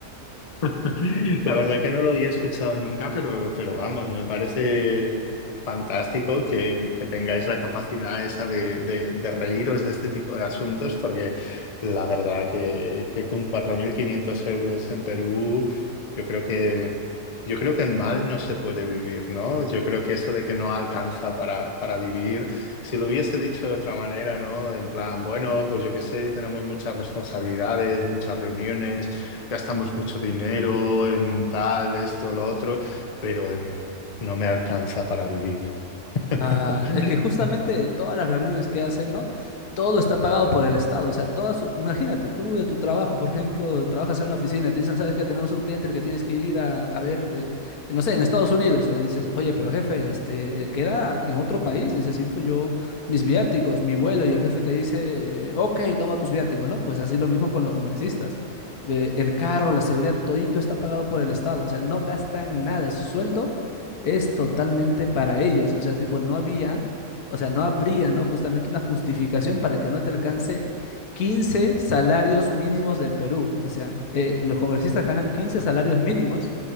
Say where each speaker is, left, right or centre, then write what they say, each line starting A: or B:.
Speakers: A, on the left; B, on the left.
A: <laughs> La verdad que no lo había escuchado nunca, pero, pero vamos, me parece fantástico que, que tengáis la capacidad esa de, de- de reíros de este tipo de asuntos, porque la verdad que, que con 4.500 euros en Perú, yo creo que, yo creo que mal no se puede vivir, ¿no? Yo creo que eso de que no alcanza para, para vivir, si lo hubiese dicho de otra manera, ¿no? En plan, bueno, pues yo qué sé, tenemos muchas responsabilidades, muchas reuniones gastamos mucho dinero en tal, esto, lo otro, pero em, no me alcanza para vivir. <laughs>
B: Ah, es que justamente todas las reuniones que hacen, ¿no? Todo está pagado por el Estado. O sea, todas, su- imagínate, tú de tu trabajo, por ejemplo, trabajas en una oficina y te dicen, sabes que tenemos un cliente que tienes que ir a, a ver, de- no sé, en Estados Unidos. Y dices, oye, pero jefe, este, queda en otro país, necesito yo mis viáticos, mi vuelo. Y el jefe te dice, eh, ok, toma tus viáticos, ¿no? Pues así lo mismo con los congresistas. Eh, el carro, la seguridad, todito está pagado por el Estado. O sea, no gastan nada. Su sueldo es totalmente para ellos. O sea, tipo, no había, o sea, no habría, ¿no? Justamente una justificación para que no te alcance 15 salarios mínimos del Perú. O sea, eh, los congresistas ganan 15 salarios mínimos